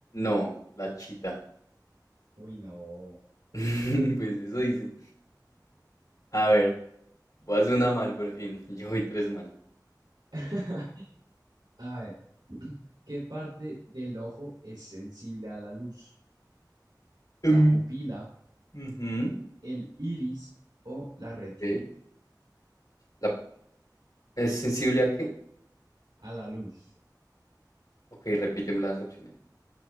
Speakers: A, on the left; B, on the right.
A: No, la chita.
B: Uy, no.
A: <laughs> Pues eso dice. A ver, voy a hacer una mal por fin. <laughs> Yo voy tres mal.
B: <laughs> A ver, ¿qué parte del ojo es sensible a la luz? ¿La
A: Em,
B: pupila,
A: ujú,
B: el iris o la retina?
A: ok. La- ¿es sensible a qué?
B: A la luz.
A: Ok, repíteme las opciones.